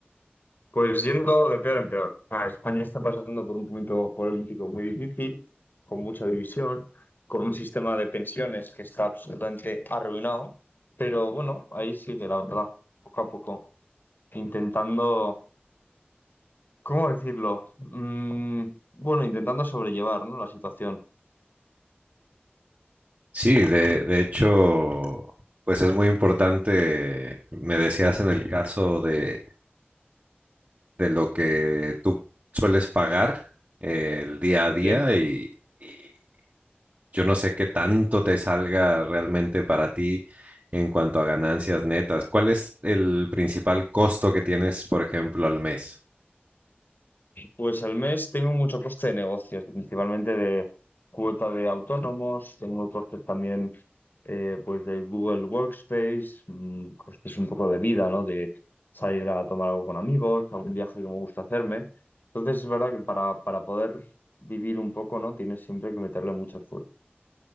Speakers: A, on the left; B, on the right.
A: Pues yendo de peor en peor. Ah, España está pasando por un momento político muy difícil, con mucha división, con un sistema de pensiones que está absolutamente arruinado, pero bueno, ahí sigue la verdad, poco a poco, intentando, ¿cómo decirlo? Mm, bueno, intentando sobrellevar, ¿no? la situación.
B: Sí, de, de hecho, pues es muy importante, me decías en el caso de, de lo que tú sueles pagar eh, el día a día
A: Sí.
B: y, y yo no sé qué tanto te salga realmente para ti en cuanto a ganancias netas. ¿Cuál es el principal costo que tienes, por ejemplo, al mes?
A: Pues al mes tengo mucho coste de negocios, principalmente de cuota de autónomos, tengo costes también eh, pues de Google Workspace, mm, costes un poco de vida, ¿no? De salir a tomar algo con amigos, algún viaje que me gusta hacerme. Entonces es verdad que para, para poder vivir un poco, ¿no? Tienes siempre que meterle mucho esfuerzo.